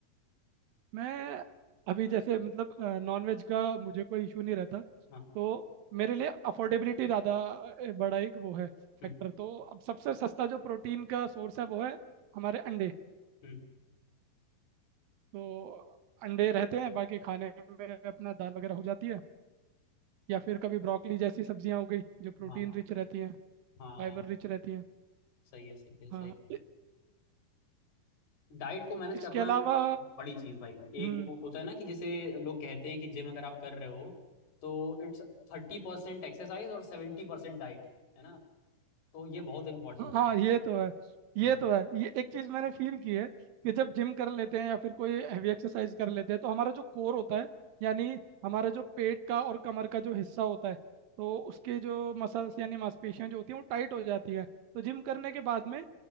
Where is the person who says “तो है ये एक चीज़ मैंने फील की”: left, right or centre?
Right